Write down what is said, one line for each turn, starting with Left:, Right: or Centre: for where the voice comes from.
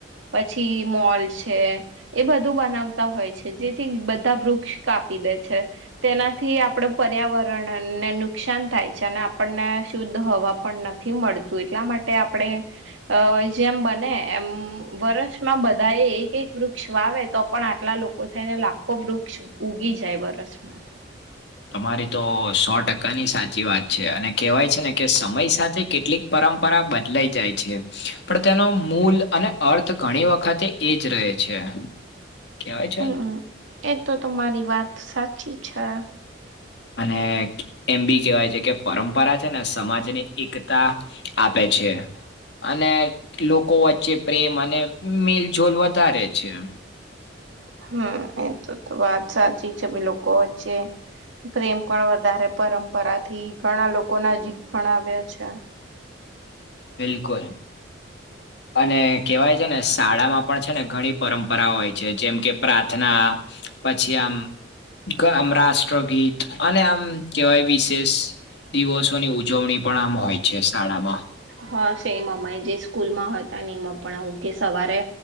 Right: પછી મોલ છે. એ બધું બનાવતા હોય છે જેથી બધા વૃક્ષ કાપી દે છે. તેનાથી આપડે પર્યાવરણને નુકસાન થાય છે અને આપણને શુદ્ધ હવા પણ નથી મળતું એટલા માટે આપણે અ જેમ બને એમ વર્ષમાં બધા એ એક એક વૃક્ષ વાવે તો પણ આટલા લોકો થઈને લાખો વૃક્ષ ઉગી જાય વરસમાં તો.
Left: તમારી તો સો ટકાની સાચી વાત છે અને કેવાય છે ને કે સબ સમય સાથે કેટલીક પરંપરા બદલાઈ જાય છે. પણ તેનો મૂલ અને અર્થ ઘણી વખતે એજ રહે છે. ક્યાવાય છે ને.
Right: હમ્મ એ તો તમારી વાત સાચી છે.
Left: અને એમ બી કેવાય છે કે પરંપરા છે ને સમાજની એકતા. આપે છે. અને લોકો વચ્ચે પ્રેમ અને મિલ જોલ વધારે છે
Right: હમ્મ એ તો વાત સાચી છે ભી લોકો વચ્ચે પ્રેમ પણ વધારે. પરંપરા થી ઘણા લોકો ના જીક ભાવ્યા છે.
Left: બિલકુલ અને કેહેવાય છે ને શાળામાં પણ છે ને ઘણી. પરંપરા હોય છે જેમ કે પ્રાર્થના પછી આમ આમ રાષ્ટ્રગીત અને આમ કહેવાય વિશેષ દિવસોની ઉજવણી પણ આમ હોય છે શાળામાં
Right: હા સેમ અમા જે સ્કૂલમાં હતા ને એમપણા આવું કે સવારે